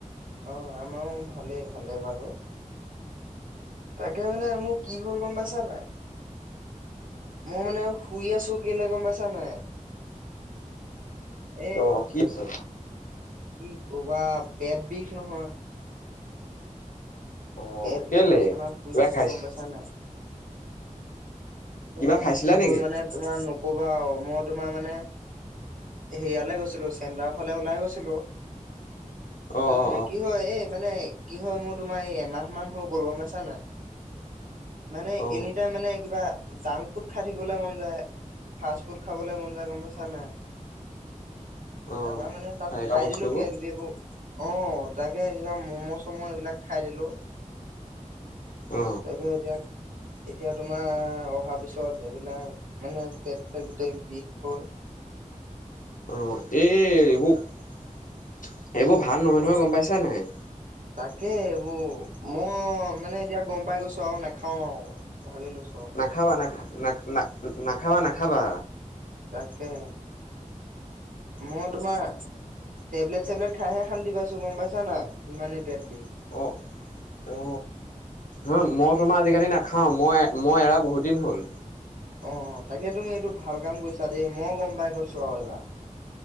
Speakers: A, on the right (about 85°); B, on the left (about 75°).
A: অ আমাৰো ভালেই ভালে বাৰু তাকে মানে মোৰ কি হ'ল গম পাইছা নাই মই মানে শুই আছো কেলে গম পাইছা নাই? এ
B: অ কি হৈছে
A: কি কবা পেট বিষ নহয় এ
B: অ
A: পেট
B: কেলে?
A: বিষ বিচনাত শুই
B: কিবা
A: আছোঁ
B: খাইছ
A: গম পাইচা নাই।
B: কিবা
A: এ
B: খাইছিলা
A: কি হ'ল
B: নেকি?
A: মানে তোমাৰ নকবা আও, মই তোমাৰ মানে হেৰিয়ালে গৈছিলো চেণ্টাৰ ফালে ওলাই গৈছিলো।
B: অ
A: তাৰ মানে
B: অ
A: কি হয় এই মানে কি হয় মোৰ তোমাৰ এই এমাহ মান হৈ গ'ল গম পাইছা নাই? মানে
B: অ অ
A: এনিটাইম মানে কিবা জাংক ফুড খাই থাকিবলৈ মন যায়। ফাষ্ট ফুড খাবলৈ মন যায়। গম পাইছা
B: অ
A: নাই
B: অ।
A: তাৰাপৰা মানে তাত খাই
B: খোৱা বস্তুবোৰ
A: দিলো কিবা কিবি এইবোৰ অ তাকে কিবা ম'ম' চম' এইবিলাক খাই দিলো তাকে
B: অ
A: এতিয়া এতিয়া তোমাৰ অ তাৰ পিছত এইবিলাক মানে পেট চেট গোটেই বিষ হয়।
B: অ এই বোৰ এইবোৰ ভাল নহয়,
A: অ
B: নহয় গম পাইছা নাই। ‌
A: তাকে এইবোৰ মই মানে এতিয়া গম পাই গৈছোঁ আৰু নাখাও আৰু, ভাবি লৈছোঁ।
B: নাখাবা, নাখা না, না। নাখাবা। নাখাবা।
A: তাকে। মোৰ তোমাৰ, টেবলেট চেবলেট খাইহে অশান্তি পাছো গম পাইছা নাই ইমানেই পেট বিষ
B: অ অ অ মই তোমাৰ আজিকালি নাখাও, মই মই এৰা বহুত দিন হ'ল।
A: অ তাকে তুমি এইটো ভাল কাম কৰিছা দেই, মইও গম পাই গৈছো আৰু এইবাৰ।